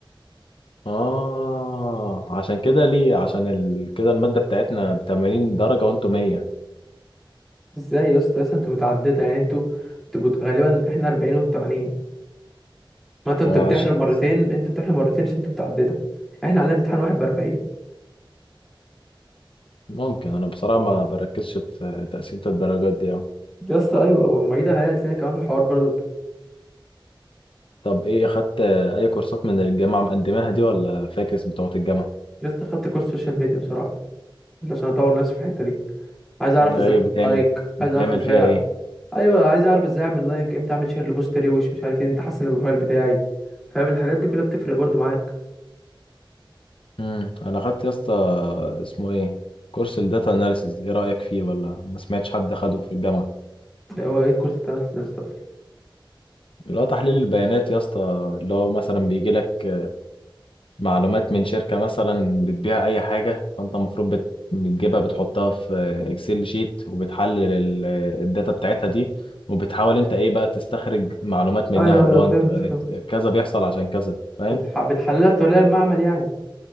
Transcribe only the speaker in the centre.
ازاي يا اسطى اصلا انتوا متعددة يعني انتوا انتوا بت- غالبا احنا 40 وانتوا 80 ما انتوا
بتمتحنوا
مرتين
انتوا بتمتحنوا مرتين عشان انتوا متعددة احنا علينا امتحان واحد ب 40
يا اسطى ايوه والمعيدة هي قالت لنا كمان في الحوار برضه
يا اسطى خدت كورس سوشيال ميديا بصراحة عشان اطور نفسي في الحته دي عايز اعرف
ازاي
أعمل
لايك
عايز اعرف ازاي
أع- ايوه عايز اعرف ازاي اعمل لايك امتى اعمل شير لبوست روش مش عارف ايه امتى احسن البروفايل بتاعي فاهم الحاجات دي كلها بتفرق برضو معاك
هو ايه الكورس بتاع نفسي ده أصلاً؟
ايوه
ايوه
فهمت
فهمت
بتح... بتحللها توليها المعمل يعني